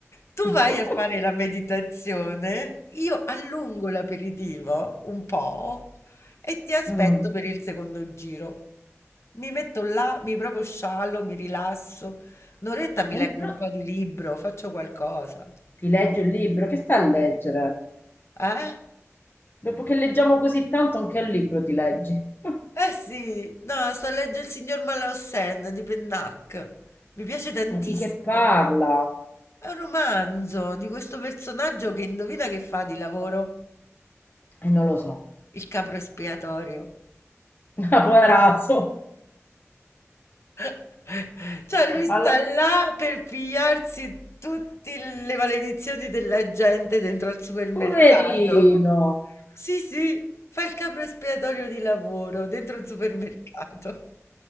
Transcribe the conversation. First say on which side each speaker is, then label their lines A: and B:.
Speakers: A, on the left; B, on the left.
A: Tu
B: <laughs>
A: vai a fare la meditazione, io allungo l'aperitivo un po' e ti aspetto
B: Mm.
A: per il secondo giro. Mi metto là, mi proprio sciallo, mi rilasso. Un'oretta mi
B: Eh,
A: leggo
B: no,
A: un po' di libro, faccio qualcosa.
B: ti leggi il libro, che sta a leggere?
A: Eh?
B: Dopo che leggiamo così tanto, anche il libro ti leggi. <laughs>
A: Eh sì, no, sto a leggere Il signor Malaussen di Pennac. Mi piace tantissimo.
B: E di che parla?
A: È un romanzo di questo personaggio che indovina che fa di lavoro
B: E non lo so.
A: il capro espiatorio.
B: <laughs> Ah, Poverazzo.
A: <laughs> Cioè, lui sta
B: Allora,
A: là per pigliarsi tutte le maledizioni della gente dentro al supermercato.
B: poverino.
A: Sì, sì, fa il capro espiatorio di lavoro dentro il supermercato.